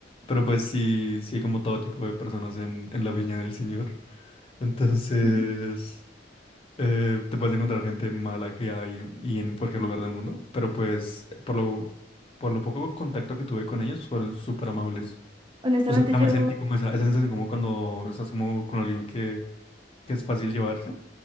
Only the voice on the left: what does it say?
Pero pues sí, sí hay como todo tipo de personas en, en la viña del Señor. Entonces
eh, te puedes encontrar gente mala que hay y en cualquier lugar del mundo, pero pues por lo, por lo poco contacto que tuve con ellos fueron súper amables.
O sea, también
sentí como esa, esa sensación como cuando estás como con alguien que, que es fácil llevarse,